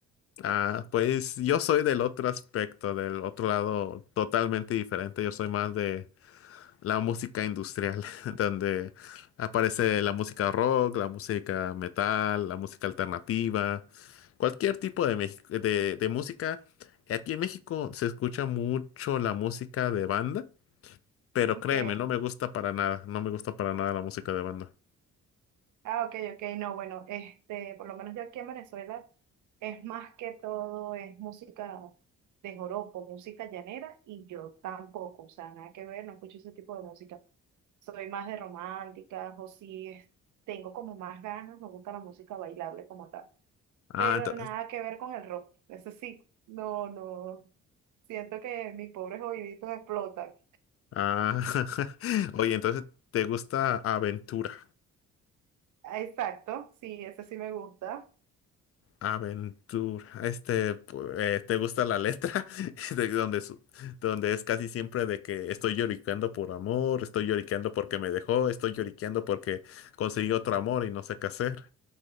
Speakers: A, on the left (about 50°); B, on the right (about 75°).
A: Ah, pues yo soy del otro aspecto, del otro lado totalmente diferente. Yo soy más de la música industrial, <laughs> donde aparece la música rock, la música metal, la música alternativa, cualquier tipo de, Mex- de, de música. Aquí en México se escucha mucho la música de banda, pero
B: Ok.
A: créeme, no me gusta para nada, no me gusta para nada la música de banda.
B: Ah, ok, ok, no, bueno, este, por lo menos yo aquí en Venezuela es más que todo, es música de joropo, música llanera, y yo tampoco, o sea, nada que ver, no escucho ese tipo de música. Soy más de románticas, o si es- tengo como más ganas, me gusta la música bailable como tal,
A: Ah,
B: pero
A: entonces,
B: nada que ver con el rock, eso sí, no, no, siento que mis pobres oíditos explotan.
A: ah, <laughs> oye, entonces te gusta Aventura.
B: Ah, Exacto, sí, ese sí me gusta.
A: Aventura. Este, pu- eh, ¿te gusta la letra? <laughs> De donde, su- donde es casi siempre de que estoy lloriqueando por amor, estoy lloriqueando porque me dejó, estoy lloriqueando porque conseguí otro amor y no sé qué hacer.